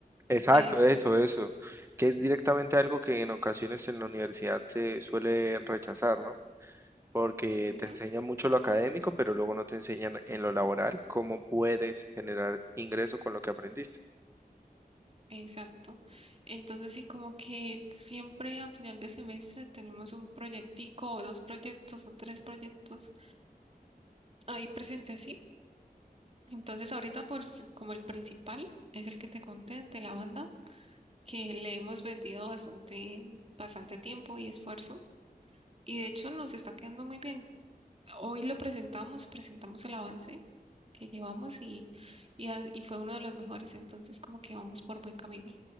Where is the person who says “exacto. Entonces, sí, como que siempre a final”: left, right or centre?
Right